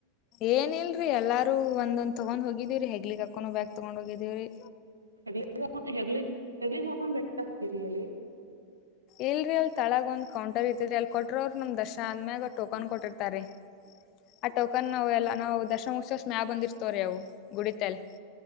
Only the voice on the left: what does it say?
ಏನ್ ಇಲ್ರಿ ಎಲ್ಲಾರು ಒಂದೊಂದ ತಗೊಂಡ್ ಹೋಗಿದೀವ್ರರಿ ಹೆಗ್ಲಿ ಕಕೊಂಡ ಬ್ಯಾಗ್ ತೊಗೊಂಡ್ ಹೋಗಿದೀವ್ರರಿ
ಇಲ್ರಿ ಅಲ್ಲಿ ತಳಗ ಒಂದ ಕಂರ್ ಇರ್ತರಿ ಅಲ್ಲಿ ಕೊಟ್ರೋ ಅವರು ನಮ್ ದಶ ಆದ್ಮ್ಯಾಗ ಟೋಕನ್ ಕೊಟ್ಟಿರ್ತರಿ ಆ ಟೋಕನ್ ನಾವ್ ಎಲ್ಲಾ ನಾವು ದಶಮ ಉತ್ಸ ಸ್್ಮ್ಯಾ ಬಂದಿರ್ತವ್ರಿ ಅವು ಗುಡಿತಲೆ